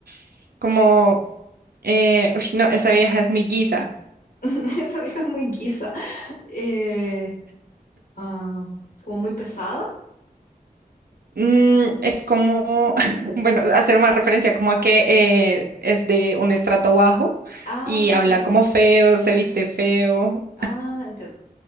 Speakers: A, on the right; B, on the left.
A: <laughs> como, eh, uy, no, esa vieja es muy guisa.
B: <laughs> Esa vieja es muy guisa. Eh, ah, como muy pesada.
A: Mm, es como, <laughs> bueno, hacer una referencia como a que eh, es de un estrato bajo
B: Ah,
A: y habla
B: ya.
A: como feo, se viste feo,
B: Ah, entiendo.